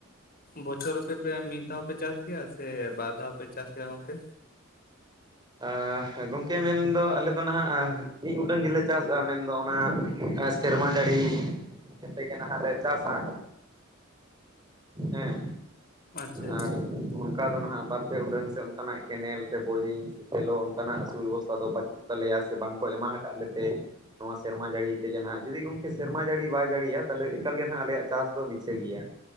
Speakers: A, on the left; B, on the right.
A: ᱵᱚᱪᱷᱚᱨᱮ ᱢᱤᱫ ᱫᱷᱟᱣ ᱯᱮ ᱪᱟᱥ ᱜᱮᱭᱟ ᱥᱮ ᱵᱟᱨ ᱫᱷᱟᱣ ᱯᱮ ᱪᱟᱥ ᱜᱮᱭᱟ ᱜᱚᱝᱠᱮ?
B: ᱟᱦ ᱜᱚᱝᱠᱮ ᱢᱮᱱᱫᱚ ᱟᱞᱮ ᱱᱟᱦᱟᱜ ᱢᱤᱫ ᱩᱰᱟᱹᱝ ᱜᱮᱞᱮ ᱪᱟᱥ-ᱟ ᱢᱮᱱᱫᱚ ᱚᱱᱟ ᱥᱮᱨᱢᱟ ᱡᱟᱹᱲᱤ ᱠᱟᱛᱮᱜᱮ ᱱᱟᱦᱟᱸᱜ ᱞᱮ ᱪᱟᱥᱟ ᱦᱮᱸ
A: ᱟᱪᱪᱷᱟ ᱟᱪᱪᱷᱟ
B: ᱟᱨ ᱚᱱᱠᱟ ᱫᱚ ᱱᱟᱦᱟᱸᱜ ᱵᱟᱨᱯᱮ ᱩᱰᱟᱹᱝ ᱥᱮ ᱚᱱᱠᱟᱱᱟᱜ ᱠᱮᱱᱮᱞ ᱥᱮ ᱵᱳᱭᱨᱤᱝ ᱥᱮᱞᱳ ᱚᱱᱠᱟᱱᱟᱜ ᱥᱩ ᱵᱮᱵᱚᱥᱛᱷᱟ ᱫᱚ ᱵᱟᱹᱪᱩᱜ ᱛᱟᱞᱮᱭᱟ ᱥᱮ ᱵᱟᱝᱠᱚ ᱮᱢᱟ ᱠᱟᱫ ᱞᱮᱛᱮ ᱱᱚᱣᱟ ᱥᱮᱨᱢᱟ ᱡᱟᱹᱲᱤ ᱛᱮᱜᱮ ᱱᱟᱦᱟᱜ ᱡᱩᱫᱤ ᱜᱚᱝᱠᱮ ᱥᱮᱨᱢᱟ ᱡᱟᱹᱲᱤ ᱵᱟᱭ ᱡᱟᱹᱲᱤᱭᱤᱭᱟ ᱛᱟᱦᱚᱞᱮ ᱮᱠᱟᱞ ᱜᱮ ᱱᱟᱦᱟᱜ ᱟᱞᱮᱭᱟᱜ ᱪᱟᱥ ᱫᱚ ᱵᱤᱪᱷᱟᱹ ᱜᱮᱭᱟ ᱾